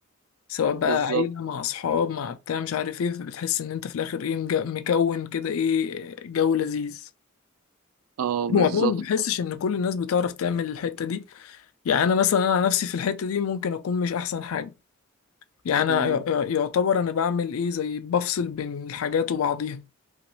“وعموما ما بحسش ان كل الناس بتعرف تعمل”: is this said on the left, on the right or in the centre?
Left